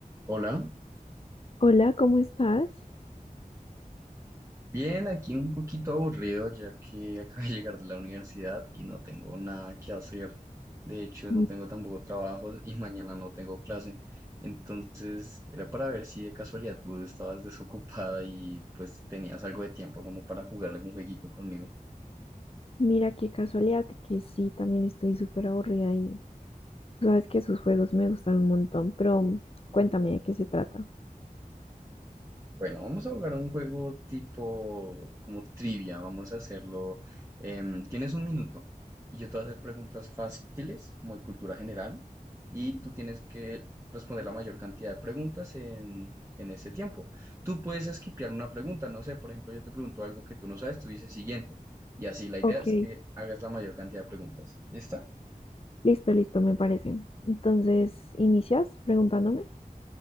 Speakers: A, on the right; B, on the left.
A: Hola,
B: Hola, ¿cómo estás?
A: bien, aquí un poquito aburrido ya que <laughs> acabo de llegar de la universidad y no tengo nada que hacer. De hecho,
B: Mm,
A: no tengo tampoco trabajos y mañana no tengo clase. Entonces, era para ver si de casualidad tú estabas desocupada y pues tenías algo de tiempo como para jugar algún jueguito conmigo.
B: Mira, qué casualidad que sí, también estoy súper aburrida y tú sabes que sus juegos me gustan un montón, pero mm, cuéntame de qué se trata.
A: Bueno, vamos a jugar un juego tipo como trivia, vamos a hacerlo. em, tienes un minuto y yo te voy a hacer preguntas fáciles, como de cultura general, y tú tienes que responder la mayor cantidad de preguntas en, en ese tiempo. Tú puedes esquipear una pregunta, no sé, por ejemplo, yo te pregunto algo que tú no sabes, tú dices siguiente, y así la idea
B: Ok,
A: es que hagas la mayor cantidad de preguntas. ¿Lista?
B: listo, listo, me parece. Entonces, ¿inicias preguntándome?